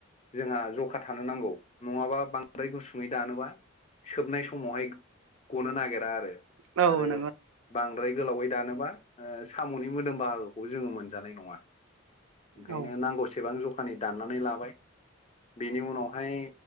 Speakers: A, on the left; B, on the right.
A: जोंहा जखा थानो नांगौ। नङाबा बांद्राय गुसुङै दानोबा सोबनाय समावहाय गनो नागिरा आरो
B: औ
A: आरो
B: नंगौ
A: बांद्राय गोलावै दानोबा ओ साम'नि मोदोम बाहागोखौ जोङो मोनजानाय नङा ओंखायनो
B: औ
A: नांगौसेबां जख फानि दाननानै लाबाय बेनि उनावहाय